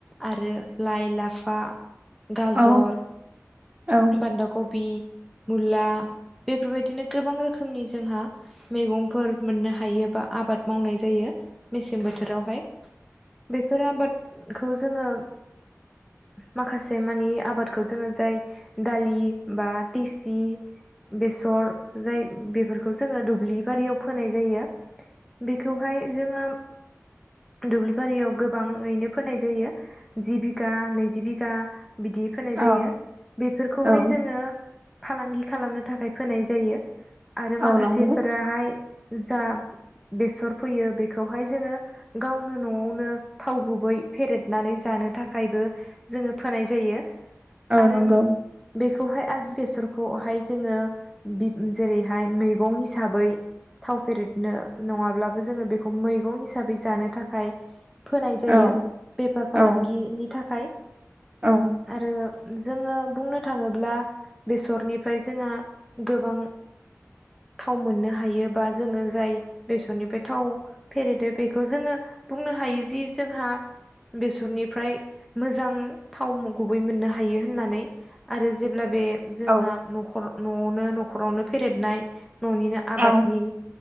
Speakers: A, in the centre; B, on the right.
A: आरो लाइ लाफा गाजर
B: औ औ
A: बान्दा कबि मुला बेफोरबायदिनो गोबां रोखोमनि जोंहा मैगंफोर मोननो हायो बा आबाद मावनाय जायो। मेसें बोथोरावहाय बेफोर आबादखौ जोङो माखासे मानि आबादखौ जोङो जाय दालि बा तेसि बेसर जाय बेफोरखौ जोङो दुब्लि बारियाव फोनाय जायो। बेखौहाय जोङो दुब्लि बारियाव गोबाङैनो फोनाय जायो जि बिघा नैजि बिघा बिदि फोनाय
B: औ
A: जायो बेफोरखौहाय
B: औ
A: जोङो फालांगि खालामनो थाखाय फोनाय जायो आरो माखासेफोराहाय
B: औ नंगौ
A: जा बेसर फोयो बेखौहाय जोङो गावनो न'आवनो थाव गुबै फेरेदनानै जानो था खायबो जोङो फोनाय जायो
B: औ
A: आरो
B: नंगौ
A: बे खौहाय आरो बेसरखौहाय जोङो बि जेरैहाय मैगं हिसाबै थाव फेरेदनो नङाब्लाबो जोङो बेखौ मैगं हिसाबै जानो थाखाय फोनाय जायो
B: औ
A: बेफार
B: औ
A: फालांगिनि थाखाय
B: औ
A: आरो जोङो बुंनो थाङोब्ला बेसरनि फ्राय जोंहा गोबां थाव मोननो हायो बा जोङो जाय बेसरनि बे थाव फेरेदो बेखौ जोङो बुंनो हायो जि जोंहा बेसरनिफ्राय मोजां थाव गुबै मोननो हायो होननानै आरो जेब्ला बे जोंहा
B: औ
A: न'खर न'आवनो न'खरावनो फेरदनाय न'निनो
B: औ
A: आबादनि